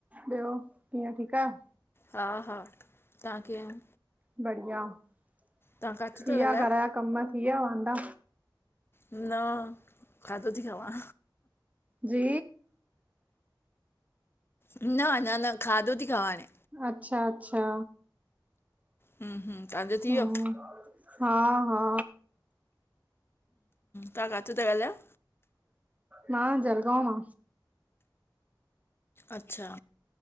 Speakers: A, on the right (about 20°); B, on the left (about 30°).
A: ॿियो कीअं ठीकु आयो।
B: हा हा तव्हां कीअ आयो।
A: बढिया, थी
B: तव्हां किथां
A: वेया
B: था ॻाल्हायो
A: घर जा कम थी वेया वांदा।
B: न, खाधो थी खावां।
A: जी,
B: न न न न, खाधो थी खावां हाने।
A: अच्छा अच्छा,
B: हम्म हम्म तव्हांजो थी
A: हूं।
B: वियो
A: हा हा।
B: तव्हां काथा था ॻाल्हायो?
A: मां जलगांव मा
B: अच्छा